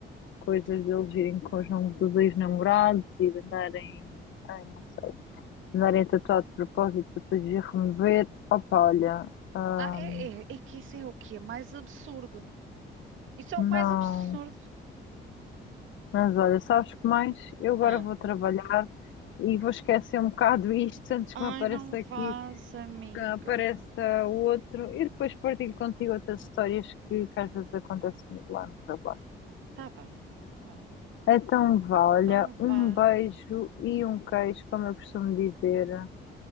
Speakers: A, on the left; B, on the right.
A: coisas deles irem com os nomes dos ex-namorados e de andarem, ai, não sei, de andarem tatuado de propósito para depois vir remover. Opa, olha, ahm,
B: Ah, é, é, é que isso é o que é mais absurdo. Isso é
A: não.
B: o mais absurdo.
A: Mas olha, sabes que mais? Eu agora
B: Ah.
A: vou trabalhar e vou esquecer um bocado isto antes
B: Ai,
A: que me apareça
B: não vás,
A: aqui
B: amiga.
A: que apareça o outro e depois partilho contigo outras histórias que, que às vezes acontece comigo lá no trabalho.
B: Tá bem. Pronto.
A: Então, vá, olha,
B: Então vá.
A: um beijo e um queijo, como eu costumo dizer.